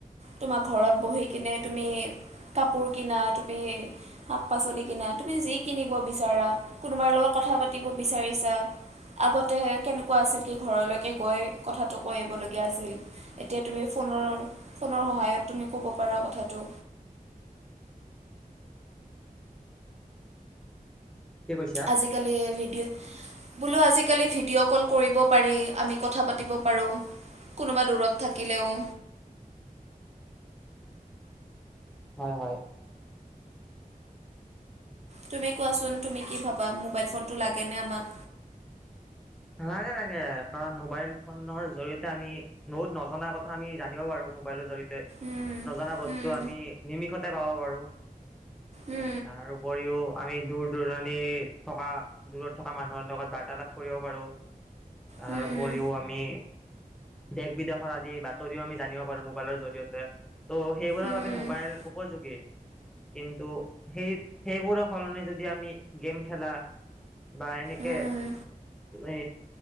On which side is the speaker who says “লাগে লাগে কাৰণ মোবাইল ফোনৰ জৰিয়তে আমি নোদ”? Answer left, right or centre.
Centre